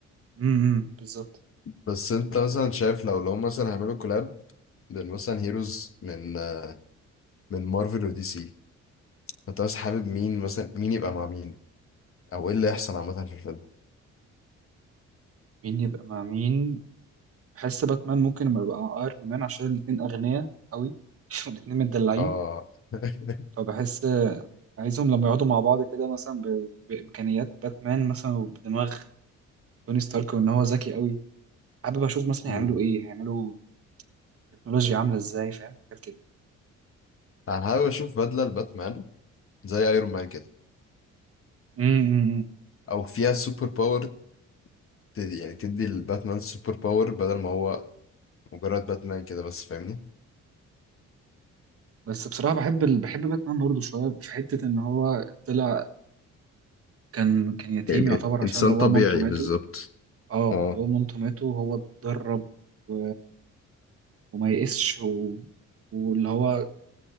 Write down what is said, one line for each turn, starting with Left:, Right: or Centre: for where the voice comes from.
Right: امم بالظبط
Left: بس انت مثلا شايف لو لو هما مثلا هيعملوا كولاب بين مثلا هيروز من آه، من مارفل ودي سي فانت مثلا حابب مين مثلا مين يبقى مع مين او ايه اللي يحصل عامة في الفيلم
Right: مين يبقى مع مين بحس باتمان ممكن لما يبقى ايرون مان عشان الاتنين اغنياء قوي <laughs> والاتنين متدلعين
Left: اه <laughs>
Right: فبحس عايزهم لما يقعدوا مع بعض كده مثلا ب... بامكانيات باتمان مثلا وبدماغ توني ستارك وان هو ذكي قوي حابب اشوف مثلا
Left: مم.
Right: هيعملوا ايه هيعملوا تكنولوجيا عامله ازاي فاهم حاجات كده
Left: انا حابب اشوف بدلة لباتمان زي ايرون مان كده
Right: امم
Left: او فيها سوبر باور ت- يعني تدي الباتمان سوبر باور بدل ما هو مجرد باتمان كده بس فاهمني
Right: بس بصراحه بحب ال... بحب باتمان برضه شويه في حته ان هو طلع كان كان يتيم
Left: يعني
Right: يعتبر عشان
Left: انسان
Right: باباه
Left: طبيعي
Right: ومامته ماتوا
Left: بالظبط
Right: اه
Left: اه
Right: باباه ومامته ماتوا وهو اتدرب و... وما يئسش و... واللي هو